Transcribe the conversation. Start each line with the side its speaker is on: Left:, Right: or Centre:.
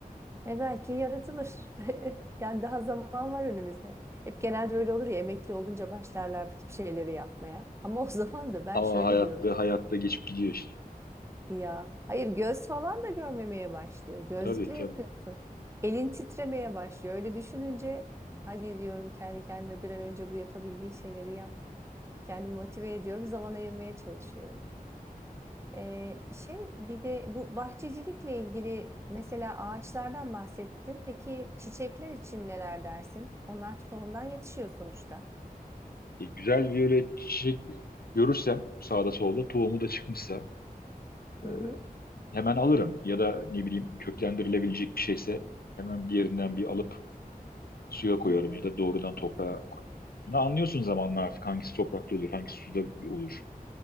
Right: E belki yaratılır. <laughs> Yani daha zaman var önümüzde. Hep genelde öyle olur ya emekli olunca başlarlar bu tip şeyleri yapmaya. Ama o <laughs> zaman da ben
Left: Ama
Right: şöyle
Left: hayatta
Right: diyorum.
Left: hayatta geçip gidiyor işte.
Right: Ya hayır göz falan da görmemeye başlıyor. Gözlükle
Left: Tabii tabii.
Right: yapıyorsun. Elin titremeye başlıyor. Öyle düşününce hadi diyorum kendi kendime bir an önce bu yapabildiği şeyleri yap. Kendimi motive ediyorum. Zaman ayırmaya çalışıyorum. Ee, şey bir de bu bahçecilikle ilgili mesela ağaçlardan bahsettin. Peki çiçekler için neler dersin? Onlar tohumdan yetişiyor sonuçta.
Left: E, güzel viyole çiçek görürsem sağda solda tohumu da çıkmışsa
Right: Hı
Left: e,
Right: hı.
Left: hemen alırım. Ya da ne bileyim köklendirilebilecek bir şeyse hemen bir yerinden bir alıp suya koyarım
Right: Hı hı.
Left: ya da doğrudan toprağa koyarım. Bunu anlıyorsun zamanla artık hangisi toprakta olur, hangisi suda olur.